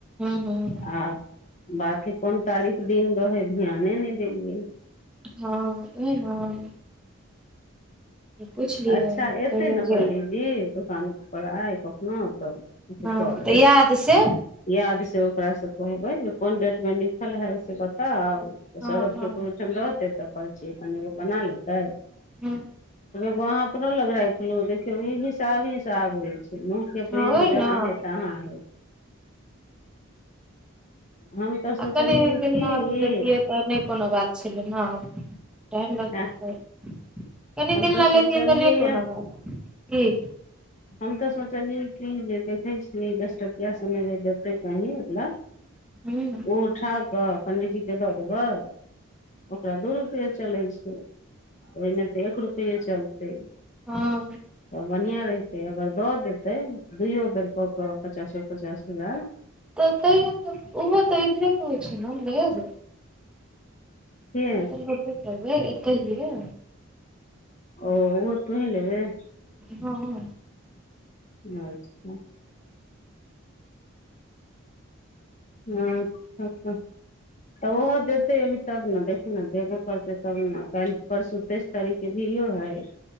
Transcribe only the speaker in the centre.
हँ
हां ई हन पुछलियै
कहियो
जे
हँ
तऽ याद से
हँ
हँ
हां
हँ
ओह
ने
आऽ कनि दिन
बाद
लेतिये त नैय कोनो बात छलै हां टाइम लगतै
तऽ कनि
दिन
लैय
लेतियै तऽ नैय कोनो
बात ई
हुँ
हां
तऽ तैयो तऽ ओहो तऽ इधरे के होइ छैय नैय लेब
ओ तऽ लेबे करबै एतहि ये।
हां